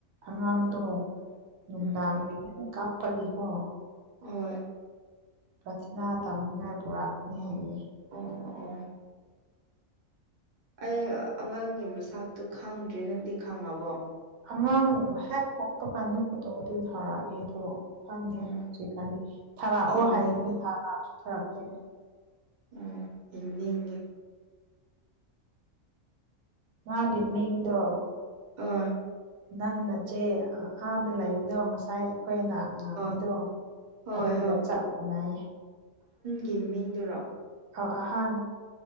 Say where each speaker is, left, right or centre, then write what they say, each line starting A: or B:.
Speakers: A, on the right; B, on the right.
A: ꯑꯉꯥꯡꯗꯣ ꯅꯨꯡꯗꯥꯡꯗꯒꯤ
B: ꯎꯝ
A: ꯀꯥꯞꯄꯒꯤꯀꯣ
B: ꯍꯣꯑꯣꯢ
A: ꯄ꯭ꯔꯊꯥꯅꯥ ꯇꯧꯅꯤꯡꯉꯥꯏ ꯄꯨꯔꯛꯄꯅꯦ ꯍꯥꯏꯌꯦ
B: ꯑꯣ ꯑꯣ ꯑꯩ ꯑꯉꯥꯡꯒꯤ ꯃꯁꯇꯨ ꯈꯪꯗ꯭ꯔꯤ ꯅꯪꯗꯤ ꯈꯪꯉꯥꯕꯣ
A: ꯑꯉꯥꯡ ꯍꯦꯛ ꯄꯣꯛꯄ ꯀꯥꯟꯗ ꯐꯣꯇꯣꯗꯤ ꯊꯥꯔꯛꯒꯦꯗꯣ ꯈꯪꯗꯦ
B: ꯑꯣ
A: ꯍꯧꯖꯤꯛꯀꯥꯟꯗꯤ ꯊꯥꯔꯛꯑꯣ
B: ꯌꯦꯡꯅꯤꯡꯉꯤ
A: ꯍꯥꯏꯕꯅꯦ ꯊꯥꯔꯛꯁꯨ -ꯊꯥꯔꯛꯇꯦ
B: ꯑꯣ ꯌꯦꯡꯅꯤꯡꯉꯦ
A: ꯃꯥꯒꯤ ꯃꯤꯡꯗꯣ
B: INAUDIBLE
A: ꯅꯪ ꯅꯆꯦ ꯑꯥ ꯑꯥꯗꯥ ꯂꯩꯕꯗꯣ ꯉꯁꯥꯏ ꯑꯩꯈꯣꯏꯅ ꯂꯥꯛꯄꯗꯣ
B: ꯑꯣ ꯍꯣꯏ
A: ꯑꯗꯨꯒ ꯆꯞ ꯃꯥꯟꯅꯩꯍꯦ
B: ꯀꯤ ꯃꯤꯡ ꯗꯨꯔꯣ
A: ꯑꯣ ꯑꯍꯥꯟ